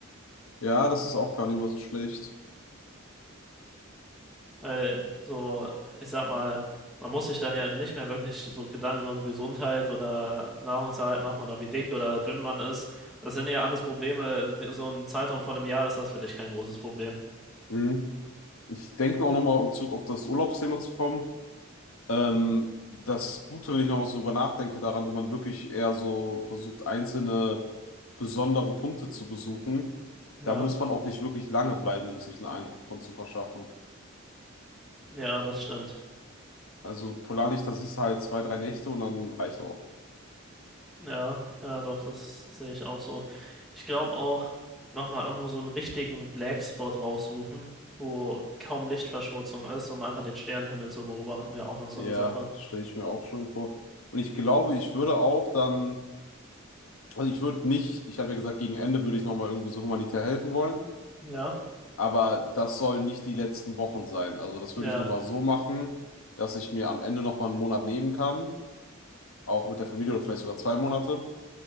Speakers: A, on the left (about 75°); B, in the centre.
A: ja, das ist auch gar nicht mehr so schlecht.
B: Weil so, ich sag mal, man muss sich dann ja nicht mehr wirklich so Gedanken um Gesundheit oder Nahrungserhalt machen oder wie dick oder dünn man ist. Das sind ja alles Probleme. So ein Zeitraum von einem Jahr ist das für dich kein großes Problem.
A: Mhm. Ich denke auch nochmal, um zurück auf das Urlaubsthema zu kommen. Ähm, das Gute, wenn ich nochmal so drüber nachdenke, daran, wenn man wirklich eher so versucht, einzelne besondere Punkte zu besuchen,
B: Ja,
A: da muss man auch nicht wirklich lange bleiben, um sich einen Eindruck von zu verschaffen.
B: ja, das stimmt.
A: Also Polarlichter siehst du halt zwei, drei Nächte und dann reicht auch.
B: Ja, ja, doch, das sehe ich auch so. Ich glaube auch, nochmal irgendwo so einen richtigen Black Spot raussuchen, wo kaum Lichtverschmutzung ist, um einfach den Sternenhimmel zu beobachten, wäre auch noch so
A: Ja,
B: eine Sache.
A: stelle ich mir auch schon vor. Und ich glaube, ich würde auch dann, also ich würde nicht, ich habe ja gesagt, gegen Ende würde ich nochmal irgendwie so humanitär helfen wollen.
B: Ja,
A: Aber das sollen nicht die letzten Wochen sein. Also das
B: ja,
A: würde ich nochmal so machen, dass ich mir am Ende nochmal einen Monat nehmen kann, auch mit der Familie oder vielleicht sogar zwei Monate.